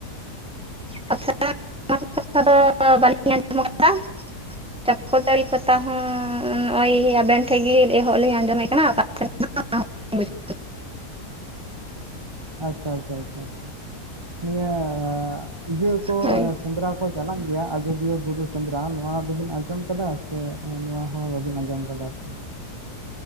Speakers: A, in the centre; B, on the right (about 20°).
A: <unintelligible> ᱫᱚ ᱵᱟᱹᱞᱤᱧ ᱟᱸᱡᱚᱢ ᱠᱟᱫᱟ ᱪᱟᱠᱚᱚᱨ ᱫᱟᱹᱲᱤ ᱯᱟᱛᱟ ᱦᱚᱸ ᱱᱚᱜᱼᱚᱭ ᱟᱵᱮᱱ ᱴᱷᱮᱱ ᱜᱮ ᱮᱦᱚᱵ ᱞᱤᱧ ᱟᱸᱡᱚᱢ ᱮ ᱠᱟᱱᱟ <unintelligible> ᱵᱩᱡᱽ <inaudible>
B: ᱟᱪᱪᱷᱟ ᱟᱪᱪᱷᱟ ᱱᱤᱭᱟᱹ ᱤᱭᱟᱹ ᱠᱚ
A: ᱦᱳᱭ
B: ᱥᱮᱸᱫᱽᱨᱟ ᱠᱚ ᱪᱟᱞᱟᱜ ᱜᱮᱭᱟ ᱟᱡᱚᱫᱤᱭᱟᱹ ᱵᱩᱨᱩ ᱥᱮᱸᱫᱽᱨᱟ ᱱᱚᱣᱟ ᱫᱚᱵᱤᱱ ᱟᱸᱡᱚᱢ ᱟᱠᱟᱫᱟ ᱥᱮ ᱱᱚᱣᱟ ᱦᱚᱸ ᱵᱟᱵᱤᱱ ᱟᱸᱡᱚᱢ ᱟᱠᱟᱫᱟ ᱵᱟᱫᱛᱮ <inaudible>